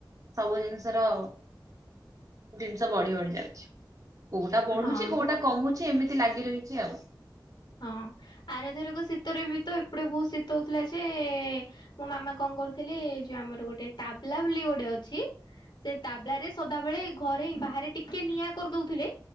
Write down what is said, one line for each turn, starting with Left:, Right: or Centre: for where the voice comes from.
Right: ସବୁ ଜିନିଷ ର ଜିନଷ ବଢି ବଢି ଯାଉଛି। କୋଉଟା ବଢୁଛି
Left: ହଁ।
Right: କୋଉଟା କମୁଛି ଏମିତି ଲାଗି ରହିଚି ଆଉ।
Left: ହଁ ଆରେଥରକ ଶୀତରେ ବି ତ ଏପଟେ ବହୁତ ଶୀତ ହଉଥିଲା ଯେଏ ମୋ ମାମା କଣ କରୁଥିଲେ ଏଇ ଯୋଉ ଆମର ଗୋଟେ ତାବଲାବୋଲି ଗୋଟେ ଅଛି। ସେ ତାବଲାରେ ସଦାବେଳେ ଘରେ ବାହାରେ ଟିକେ ନିଆଁ କରିଦଉଥିଲେ